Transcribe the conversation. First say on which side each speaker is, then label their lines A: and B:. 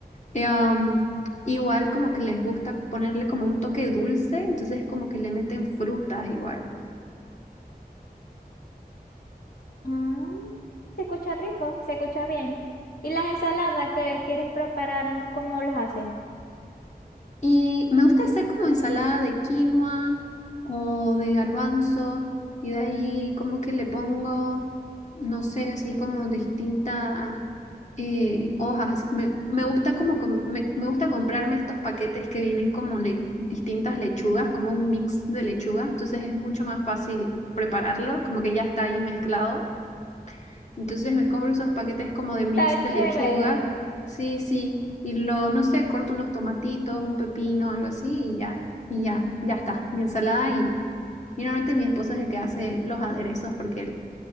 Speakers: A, on the left; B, on the left.
A: Eh, um, igual como que les gusta ponerle como un toque dulce, entonces como que le meten frutas igual.
B: Mm, se escucha rico, se escucha bien. ¿Y las ensaladas que quieres preparar, cómo las hacen?
A: Y me gusta hacer como ensalada de quinoa o de garbanzo y de ahí como que le pongo, no sé, así como distintas eh, hojas. así. Me, me gusta como com- me, me gusta comprarme estos paquetes que vienen como le- distintas lechugas, como un mix de lechugas, entonces es mucho más fácil prepararlo, como que ya está ahí mezclado. Entonces me compro esos paquetes como de mix
B: Está
A: de
B: chévere.
A: lechuga. Sí, sí. Y lo, no sé, corto unos tomatitos, un pepino, algo así, y ya, y ya, ya está. Mi ensalada y, y normalmente mi esposo es el que hace los aderezos porque él